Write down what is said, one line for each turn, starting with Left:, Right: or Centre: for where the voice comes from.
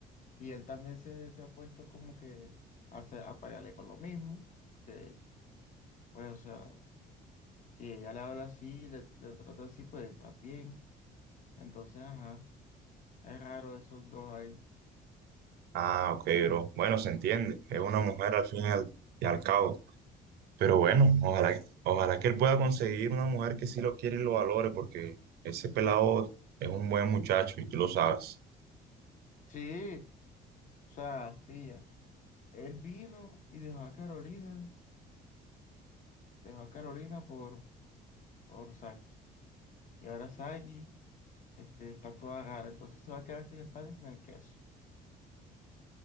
Left: Y él también se, se ha puesto como que a, se- a pelearle con lo mismo, que pues o sea, si ella le habla así, le, le trata así, pues está bien. Entonces, ajá, es raro esos dos ahí.
Right: Ah, ok, bro, bueno, se entiende, es una mujer al fin y al, y al cabo. Pero bueno,
Left: Pues
Right: ojalá, ojalá que él pueda conseguir una mujer que sí lo quiere y lo valore, porque ese pelado es un buen muchacho y tú lo sabes.
Left: sí, o sea, pilla. Él vino y dejó a Carolina, dejó a Carolina por, por Saki. Y ahora Saki. Este, está toda rara, entonces se va a quedar sin el pan y sin el queso.